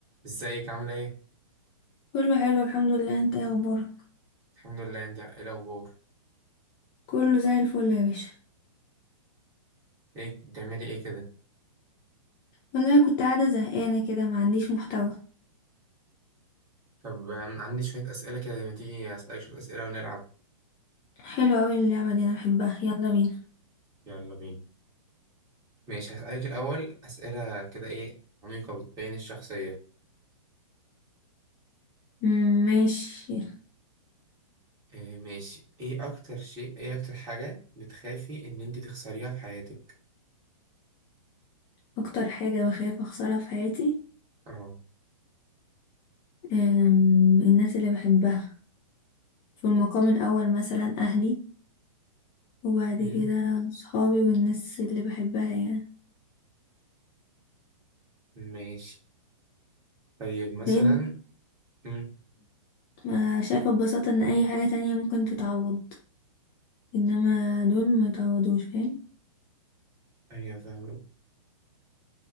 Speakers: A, on the right; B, on the left.
A: ازيك عاملة ايه؟
B: كله حلو الحمد لله انت ايه اخبارك
A: الحمد لله انت ايه الأخبار؟
B: كله زي الفل يا باشا
A: ايه بتعملي ايه كده؟
B: والله كنت قاعده زهقانه كده ما عنديش محتوى
A: طب أم، عندي شوية أسئلة كده لما تيجي أسألك شوية أسئلة ونلعب
B: حلو قوي اللعبه دي انا بحبها يلا بينا
A: يلا بينا ماشي هسألك الأول أسئلة كده ايه عميقة بتبين الشخصية
B: مم، ماشي
A: إيه ماشي ايه أكتر شيء ايه أكتر حاجة بتخافي إن انت تخسريها في حياتك؟
B: اكتر حاجه بخاف اخسرها في حياتي
A: اه
B: أم، الناس اللي بحبها في المقام الاول مثلا اهلي وبعد
A: مم،
B: كده صحابي والناس اللي بحبها يعني
A: ماشي طيب مثلا
B: لان
A: مم،
B: ما شايفه ببساطه ان اي حاجه تانية ممكن تتعوض انما دول ما يتعوضوش فاهم
A: أيوة فاهمك